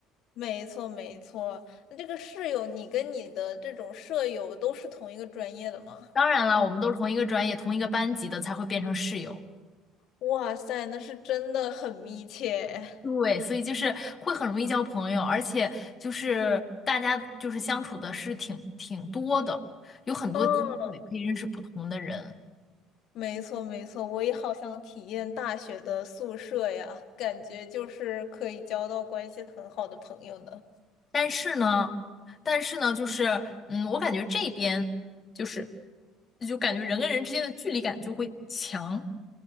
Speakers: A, on the left; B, on the left.
A: 没错，没错。那这个室友，你跟你的这种舍友都是同一个专业的吗？
B: 当然了，我们都是同一个专业、同一个班级的，才会变成室友。
A: 哇塞，那是真的很密切。
B: 对，所以就是会很容易交朋友，而且就是大家就是相处的是挺挺多的，有很多机会可以认识不同的人。
A: 嗯，没错，没错。我也好想体验大学的宿舍呀，感觉就是可以交到关系很好的朋友呢。
B: 但是呢，但是呢，就是嗯，我感觉这边就是就感觉人跟人之间的距离感就会强，